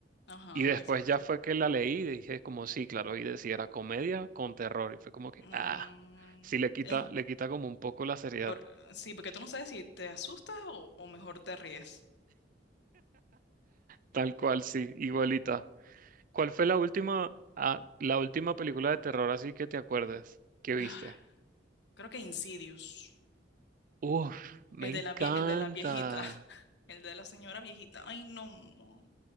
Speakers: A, on the left; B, on the right.
A: ajá,
B: Y después
A: exacto.
B: ya fue que la leí y dije como sí, claro, y decía era comedia con terror. Y fue como que,
A: Mm,
B: ah, sí le quita,
A: eh,
B: le quita como un poco la seriedad.
A: por- sí, porque tú no sabes si te asustas o, o mejor te ríes.
B: Tal cual, sí, igualita. ¿Cuál fue la última, ah, la última película de terror así que te acuerdes que viste?
A: Ah, creo que Insidious,
B: Uf, me
A: el
B: encanta,
A: de la, vie- el de la viejita. El de la señora viejita. Ay, no.